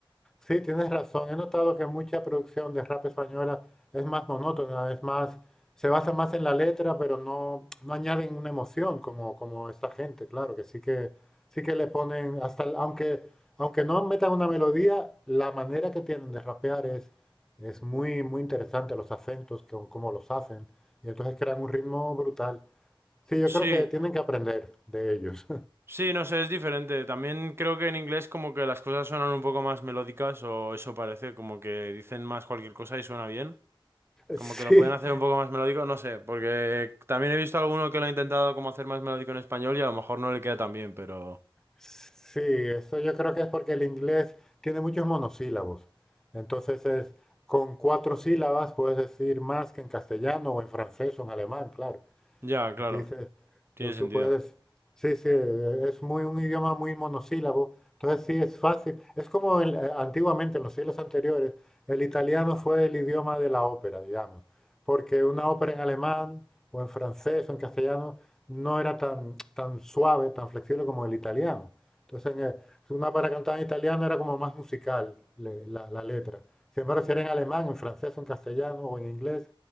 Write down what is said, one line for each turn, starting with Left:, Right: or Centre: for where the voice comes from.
Centre: Sí, tienes razón. He notado que mucha producción de rap española es más monótona, es más, se basa más en la letra, pero no, no añaden una emoción como, como esta gente, claro, que sí que, sí que le ponen, hasta, el- aunque, aunque no metan una melodía, la manera que tienen de rapear es, es muy, muy interesante, los acentos, como, como los hacen, y entonces crean un ritmo brutal. Sí, yo
Right: Sí,
Centre: creo que tienen que aprender de ellos.
Right: sí, no sé, es diferente. También creo que en inglés como que las cosas suenan un poco más melódicas o eso parece, como que dicen más cualquier cosa y suena bien. Como
Centre: <laughs>
Right: que lo pueden hacer
Centre: Sí,
Right: un poco más melódico, no sé, porque también he visto alguno que lo ha intentado como hacer más melódico en español y a lo mejor no le queda tan bien, pero...
Centre: Sí, eso yo creo que es porque el inglés tiene muchos monosílabos. Entonces es, con cuatro sílabas puedes decir más que en castellano o en francés o en alemán, claro.
Right: Ya, claro,
Centre: Dice,
Right: tiene sentido.
Centre: tú puedes, sí, sí, eh, es muy un idioma muy monosílabo, entonces sí es fácil. Es como el, eh, antiguamente, en los siglos anteriores, el italiano fue el idioma de la ópera, digamos, porque una ópera en alemán o en francés o en castellano no era tan, tan suave, tan flexible como el italiano. Entonces, en el- una para cantar en italiano era como más musical le- la, la letra. Sin embargo, si era en alemán, en francés, en castellano o en inglés,